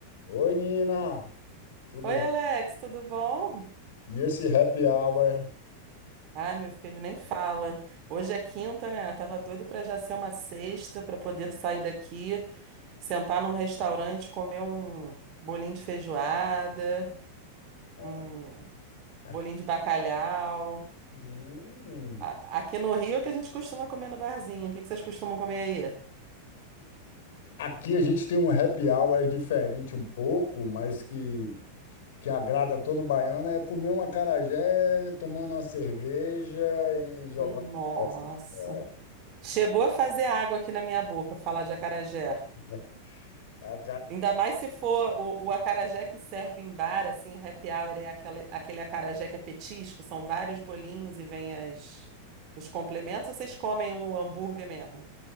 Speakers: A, on the left (about 55°); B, on the right (about 40°).
A: Oi, Nina, tudo?
B: Oi, Alex, tudo bom?
A: E esse happy hour?
B: Ai, meu filho, nem fala. Hoje é quinta, né? Eu tava doida pra já ser uma sexta, pra poder sair daqui, sentar num restaurante, comer um bolinho de feijoada,
A: É,
B: um
A: Aqui,
B: bolinho de bacalhau.
A: Hum.
B: A- Aqui no Rio é o que a gente costuma comer no barzinho. O que que vocês costumam comer aí?
A: Aqui a gente tem um happy hour diferente um pouco, mas que, que agrada todo baiano, é comer um acarajé, tomando uma cerveja e jogando
B: Nossa.
A: as peças fora.
B: Chegou a fazer água aqui na minha boca, falar de acarajé.
A: <laughs> A
B: Ainda mais se for o, o acarajé que serve em bar, assim, happy hour, é aquele, aquele acarajé que é petisco, são vários bolinhos e vem as, os complementos, ou vocês comem o hambúrguer mesmo?